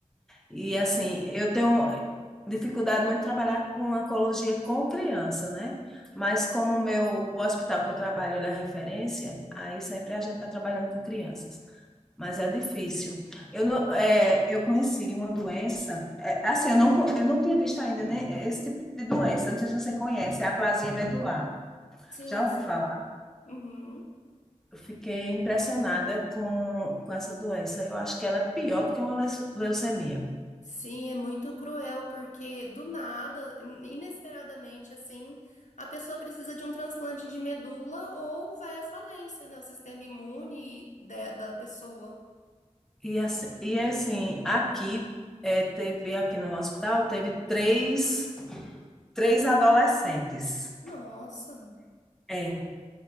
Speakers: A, in the centre; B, on the left.
A: E assim, eu tenho dificuldade muito em trabalhar com oncologia com criança, né? Mas
B: Sim,
A: como o meu, o hospital que eu trabalho, ele é referência, aí sempre a gente está trabalhando com crianças. Mas é difícil. Eu, não- é, eu conheci uma doença, é, assim, eu não, co- eu não tinha visto ainda, né, esse tipo de doença, não sei se você conhece, é a aplasia medular.
B: sim,
A: Já ouviu
B: sim.
A: falar?
B: Uhum.
A: Eu fiquei impressionada com, com essa doença. Eu acho que ela é pior do que uma leu- leucemia.
B: Sim, é muito cruel, porque do nada, in- inesperadamente, assim, a pessoa precisa de um transplante de medula ou vai à falência, né? O sistema imune de- da pessoa.
A: E assim, e assim aqui é, teve, aqui no hospital, teve três, três adolescentes.
B: Nossa,
A: É.